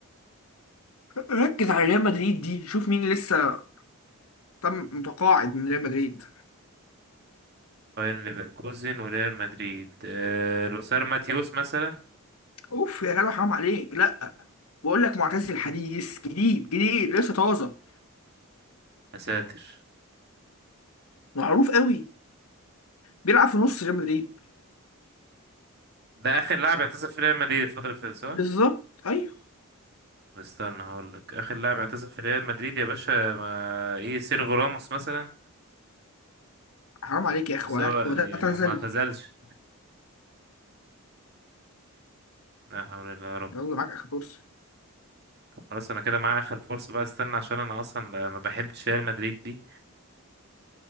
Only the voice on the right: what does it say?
بايرن ليفركوزن وريال مدريد آه لوسار ماتيوس مثلا
يا ساتر
ده اخر لاعب اعتزل في ريال مدريد الفترة اللي فاتت صح
طب استنى هقول لك اخر لاعب اعتزل في ريال مدريد يا باشا ما ايه سيرجو راموس مثلا
بس
هو يعني
هو ما اعتزلش لا حول الله يا رب
خلاص انا كده معايا اخر فرصه بقى استنى عشان انا اصلا ب- ما بحبش ريال مدريد دي